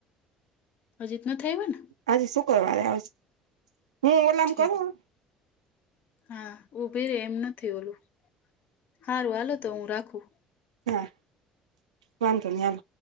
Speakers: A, on the left; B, on the right.
A: હ જત નું થઈવે ને.
B: હજે શુક્રવારે આવશે. હું ઓલામ
A: ઠીક
B: કરું.
A: હા ઉભી રે એમ નથી. ઓલું સારું હાલો તો હું રાખું.
B: હા. વાંધો નઈ.